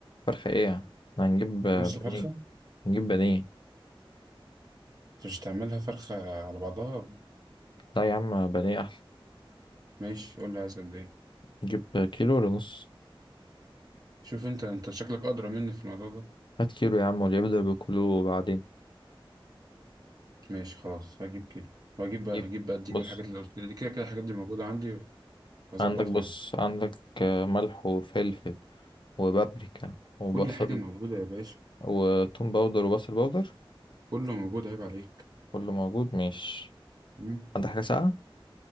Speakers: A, on the left; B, on the right.
A: فرخة ايه هنجيب آه،
B: نص
A: بانيه
B: فرخة
A: نجيب بانيه
B: بس مش تعملها فرخة على بعضها
A: لا يا عم بانيه أحلى
B: ماشي قول لي عايز قد ايه
A: نجيب كيلو ولا نص
B: شوف انت انت شكلك ادرى مني في الموضوع ده
A: هات كيلو يا عم واللي يبدأ بكيلو وبعدين
B: ماشي خلاص هجيب كده وهجيب
A: نجيب
B: بقى هجيب بقى الدقيق
A: بص
B: والحاجات اللي قلت لي كده كده الحاجات دي موجودة عندي هظبطها
A: عندك بص
B: يعني
A: عندك آه، ملح وفلفل وبابريكا وبصل
B: كل حاجة موجودة يا باشا
A: وتوم باودر وبصل باودر
B: كله موجود عيب عليك
A: كله موجود ماشي
B: مم.
A: عندك حاجة ساقعة